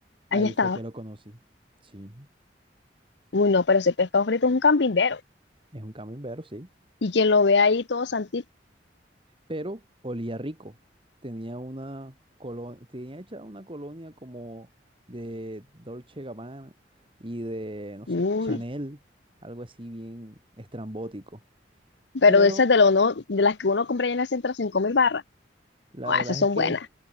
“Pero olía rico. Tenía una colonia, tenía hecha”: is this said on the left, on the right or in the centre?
Right